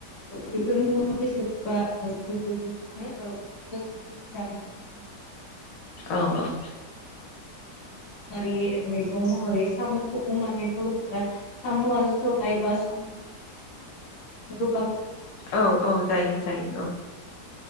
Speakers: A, on the left; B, on the left.
A: बेफोर मुवा बेसाद बा बेफोरखौनो बर'फोरा संनानै जानायखौ नुनो मोनो आरो
B: औ औ
A: कारि मैगं महरै साम'खौबो माने बर'फोरा साम' आरो सबाय बा सामो <unintelligible>
B: औ औ जायो जायो औ